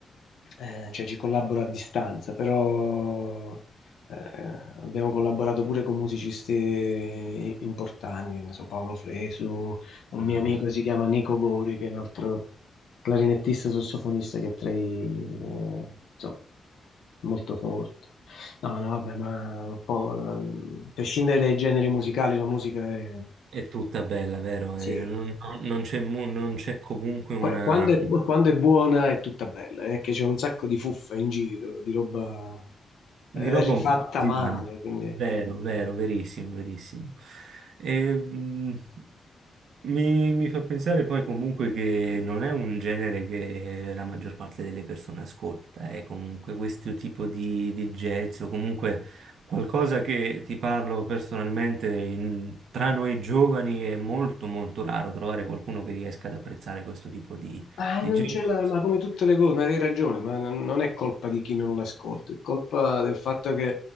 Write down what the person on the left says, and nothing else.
eh, cioè, ci collaboro a distanza, però eh, abbiamo collaborato pure con musicisti importanti, ne so, Paolo Fresu un
mio amico si chiama Nico Gori, che è un altro clarinettista sassofonista che è tra i, eh, insomma, molto forte. No, no, vabbè, ma un po', eh, a prescindere dai generi musicali, la musica è,
sì,
Qua- quando è, bu- quando è buona è tutta bella, è che c'è un sacco di fuffa in giro, di roba
eh,
rifatta
male, quindi...
Ah,
non
c'è la... Ma come tutte le cose, ma hai ragione, ma non non è colpa di chi non l'ascolta, è colpa del fatto che